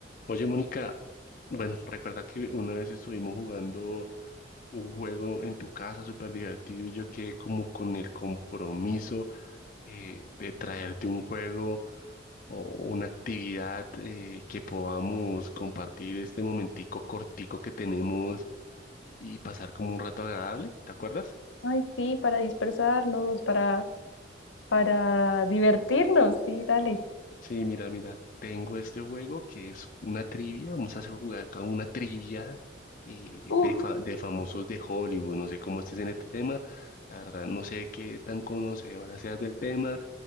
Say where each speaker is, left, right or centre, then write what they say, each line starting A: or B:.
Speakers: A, on the left; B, on the left.
A: Oye, Mónica, bueno, recuerda que una vez estuvimos jugando un juego en tu casa súper divertido y yo quedé como con el compromiso eh, de traerte un juego o una actividad eh, que podamos compartir este momentico cortico que tenemos y pasar como un rato agradable, ¿te acuerdas?
B: Ay, sí, para dispersarnos, para, para divertirnos, sí, dale.
A: Sí, mira, mira, tengo este juego que es una trivia, vamos a hacer jugar acá una trivia eh,
B: Uf,
A: de, fa- de famosos de Hollywood, no sé cómo estés en este tema, la verdad, no sé qué tan conocedora seas del tema,